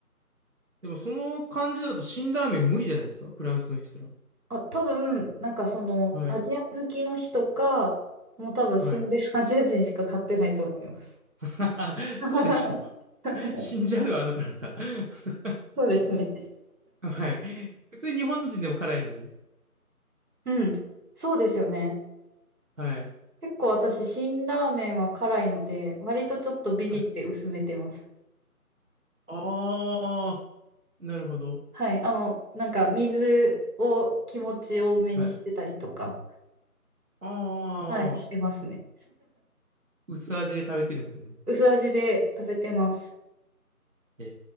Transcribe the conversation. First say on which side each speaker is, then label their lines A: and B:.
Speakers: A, on the right; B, on the right.
A: でも、その感じだと辛ラーメン無理じゃないですか、フランスの人ら。
B: あ、多分、なんかその、
A: はい、
B: アジア好きの人か、もう多分住んでるアジア人しか買ってないと思います。
A: はい。<laughs>
B: <laughs>
A: そうでしょう。死んじゃうよ、あの辛さ。<laughs>
B: そうですね。
A: はい。普通に日本人でも辛いのに。
B: うん。そうですよね。
A: はい。
B: 結構私、辛ラーメンは辛いので、割とちょっとビビって薄めてます。
A: はい、あー、なるほど。
B: はい。あの、なんか水を気持ち多めにしてたりとか、
A: はい。あ
B: はい、してますね。
A: ー、薄味で食べてるんですね。
B: 薄味で食べてます。
A: え